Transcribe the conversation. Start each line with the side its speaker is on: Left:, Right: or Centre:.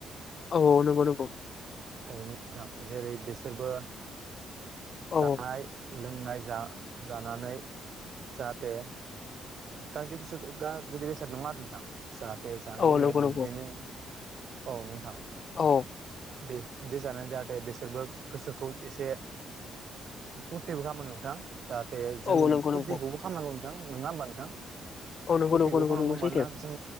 Left: औ नंगौ नंगौ।
Right: अ नोंथां जेरै बिसोरबो
Left: औ
Right: जानाय लोंनाय जा-जानानै जाहाथे गाज्रि बोसोर गा जुदि बेसाद नङा आरो नोंथां जाहाथे जानाय
Left: औ
Right: लोंनाय
Left: नंगौ
Right: बिब्दिनो
Left: नंगौ
Right: औ नोंथां।
Left: औ
Right: बे दै जानानै जाहाथे बेसोरबो गोसो खौ एसे फुरथिबो खामो नोंथां जाहाथे जों
Left: औ नंगौ
Right: फुरथिखौबो
Left: नंगौ
Right: खामो नोंथां नोङा होमबा नोंथां?
Left: औ नंगौ
Right: फुरथिखौ
Left: नंगौ
Right: खामाव
Left: नंगौ
Right: माव मानोना
Left: सैथो
Right: जों